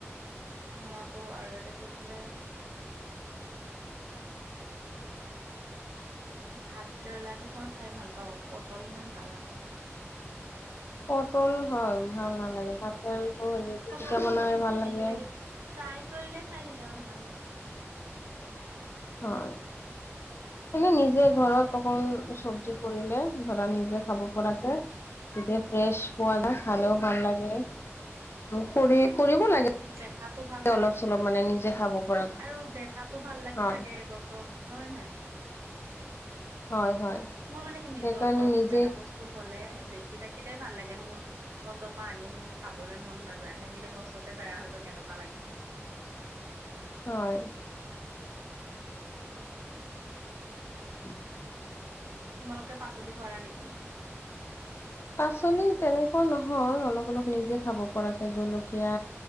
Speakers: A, on the right; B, on the left.
A: মই আকৌ আৰু এটা কি আছিলে? ভাত কেৰেলাটো মই খাই ভাল পাওঁ। পটল ইমান ভাল নাপাওঁ।
B: পটল হয় ভাল নালাগে। ভাত কেৰেলাটো হেৰি পিতিকা
A: পটলটো
B: বনালে
A: মানে
B: ভাল
A: গুটি
B: লাগে।
A: কেইটা কিবা ফ্ৰাই কৰিলে চাই কেতিয়াবা ভাল লাগে।
B: হয়। এনে নিজে ঘৰত অকণ চব্জি কৰিলে, ধৰা নিজে খাব পৰাকে। তেতিয়া ফ্ৰেছ পোৱা
A: উম,
B: দা খালেও ভাল লাগে। খুৰীৰ কৰিব লাগে
A: দেখাতো ভাল লাগে
B: অলপ চলপ মানে নিজে। খাব পৰাকৈ
A: আৰু দেখাতো ভাল লাগি
B: হয়
A: থাকে গছত হয় নাই?
B: হয় হয়।
A: মোৰ মানে কি নিজৰ
B: সেইকাৰণে
A: ঘৰত
B: নিজে
A: কিবা এটা বস্তু হলে- দেখি থাকিলে ভাল লাগে মোৰ। গছৰ পৰা আনি মোৰ খাবলৈ মন নাযায়, লাগিলে গছতে বেয়া হৈ যায়। কেনেকুৱা লাগি থাকে?
B: হয়। <inaudible>
A: তোমালোকে পাচলি কৰা নেকি?
B: পাচলি তেনেকুৱা নহয়, অলপ অলপ নিজে খাব পৰাকে জলকীয়া